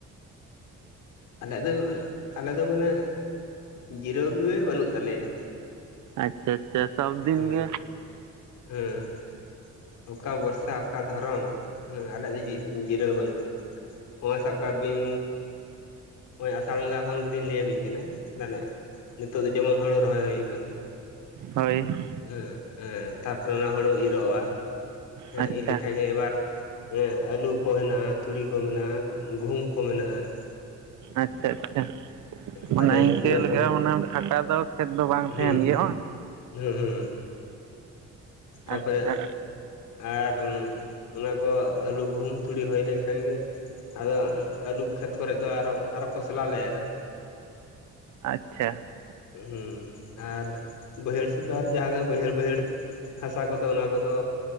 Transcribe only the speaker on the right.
ᱟᱪᱪᱷᱟ ᱟᱪᱪᱷᱟ ᱥᱚᱵ ᱫᱤᱱ
ᱜᱮ᱾
ᱦᱳᱭ ᱾
ᱟᱪᱪᱷᱟ
ᱟᱪᱪᱷᱟ ᱟᱪᱪᱷᱟ ᱢᱱᱟᱮ
ᱤᱱᱠᱟᱹ
ᱞᱮᱠᱟ
ᱢᱟᱱᱮ ᱯᱷᱟᱸᱠᱟ ᱫᱚ ᱠᱷᱮᱛ ᱫᱚ ᱵᱟᱝ ᱛᱟᱦᱮᱱ
ᱜᱮᱭᱟ ᱵᱟᱝ?
ᱟᱪᱪᱷᱟ
ᱟᱪᱪᱷᱟ ᱾